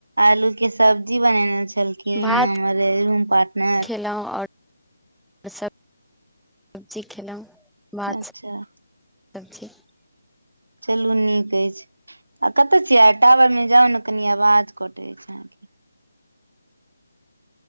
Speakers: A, on the right; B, in the centre.
A: आलूके सब्जी बनेने छलखिन
B: भात
A: हमरे रूम पार्टनर।
B: खेलहुँ आओर सभ सब्जी खेलहुँ भात
A: अच्छा
B: सब्जी। सबजी
A: चलू नीक अइछ आ कतय छीयै आ टावर में जाउ नऽ कनि आवाज कटे अछि अहाँके।